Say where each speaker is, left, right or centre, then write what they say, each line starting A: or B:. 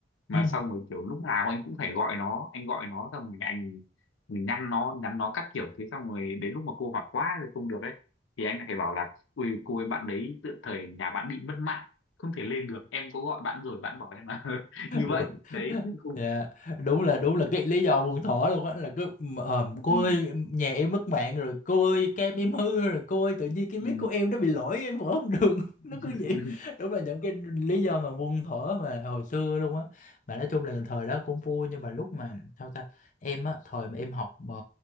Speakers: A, on the left; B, on the left.
A: mà
B: Ừ.
A: xong rồi kiểu lúc nào anh cũng phải gọi nó anh gọi nó xong rồi anh mình nhắn nó nhắn nó các kiểu thế xong rồi đến lúc mà cô hỏi quá rồi không được ấy thì anh lại phải bảo là ui cô ấy bạn đấy tựa thời nhà bạn bị mất mạng không thể lên được em có gọi bạn rồi bạn bảo em là <laughs>
B: <laughs>
A: như
B: đúng
A: vậy đấy không
B: dạ đúng là đúng là cái lý do buồn thỏ luôn á là cứ ờ,
A: ừ,
B: cô ơi nhà em mất mạng rồi cô ơi cam em hư rồi cô ơi tự nhiên cái
A: ừ,
B: mic của em nó bị lỗi em mở không được <laughs>
A: <laughs>
B: nó cứ vậy đúng là những cái lý do mà buồn thỏ mà hồi xưa luôn á mà nói chung là thời đó cũng vui nhưng mà lúc mà sao ta em á thời mà em học ờ,